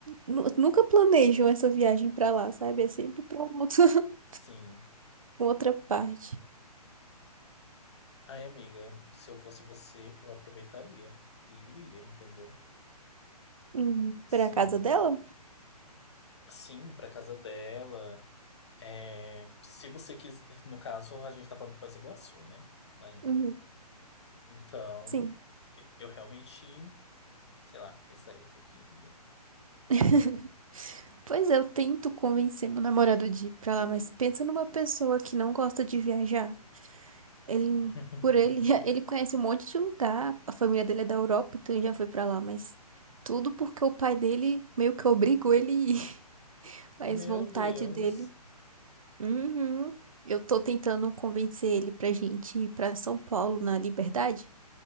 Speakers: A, on the right; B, on the left.
A: nu- nunca planejam essa viagem pra lá, sabe? É sempre pra um outro- <laughs>
B: sim.
A: uma outra parte.
B: Ai, amiga, se eu fosse você, eu aproveitaria e iria, entendeu?
A: Hum,
B: Assim,
A: pra casa dela?
B: sim, pra casa dela. É, se você quiser, no caso, a gente tá falando de Foz do Iguaçu, né? Ainda.
A: Uhum,
B: Então,
A: sim.
B: e- eu realmente, sei lá, pensaria um pouquinho. e ia.
A: <laughs> Pois é, eu tento convencer meu namorado de ir pra lá, mas pensa numa pessoa que não gosta de viajar. Ele,
B: <laughs>
A: por ele, <laughs> ele conhece um monte de lugar. A família dele é da Europa, então ele já foi pra lá, mas tudo porque o pai dele meio que obrigou ele a ir, <laughs> mas
B: Meu
A: vontade
B: Deus.
A: dele. Uhum. Eu tô tentando convencer ele pra gente ir pra São Paulo na Liberdade,